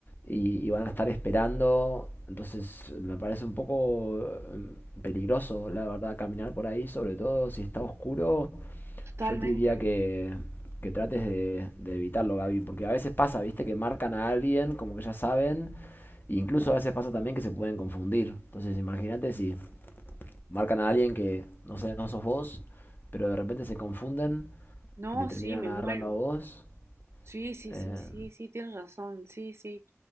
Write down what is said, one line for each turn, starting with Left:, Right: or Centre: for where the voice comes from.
Left: y, y van a estar esperando. Entonces me parece un poco eh, peligroso, la verdad, caminar por ahí, sobre todo si está oscuro.
Right: Totalmente.
Left: Yo te diría que, que trates de, de evitarlo, Gaby, porque a veces pasa, ¿viste? Que marcan a alguien, como que ya saben, e incluso a veces pasa también que se pueden confundir. Entonces imagínate si marcan a alguien que no sé, no sos vos, pero de repente se confunden
Right: No,
Left: y te terminan
Right: sí, me
Left: agarrando
Right: muero.
Left: a vos.
Right: Sí, sí,
Left: Eh,
Right: sí, sí, sí, tienes razón. Sí, sí.